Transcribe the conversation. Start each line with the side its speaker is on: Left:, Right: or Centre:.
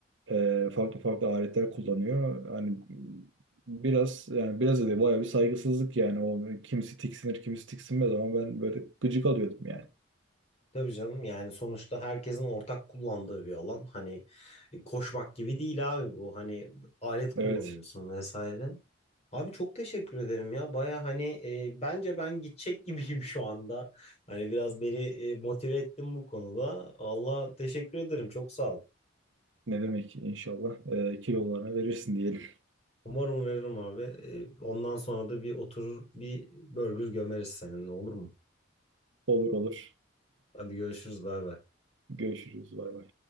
Right: e, farklı farklı aletler kullanıyor. Hani biraz yani biraz da değil, bayağı bir saygısızlık yani. O kimisi tiksinir, kimisi tiksinmez ama ben böyle gıcık alıyordum yani.
Left: Tabii canım yani sonuçta herkesin ortak kullandığı bir alan. Hani e, koşmak gibi değil abi bu. Hani alet kullanıyorsun
Right: Evet.
Left: vesaire. Abi çok teşekkür ederim ya. Baya hani e, bence ben gidecek <laughs> gibiyim şu anda. Hani biraz beni e, motive ettin bu konuda. Allah teşekkür ederim. Çok sağ ol.
Right: Ne demek inşallah. E, kilolarına verirsin diyelim.
Left: Umarım veririm abi. E, ondan sonra da bir oturur bir burger gömeriz seninle olur mu?
Right: Olur olur.
Left: Hadi görüşürüz bay bay.
Right: Görüşürüz. Bay bay.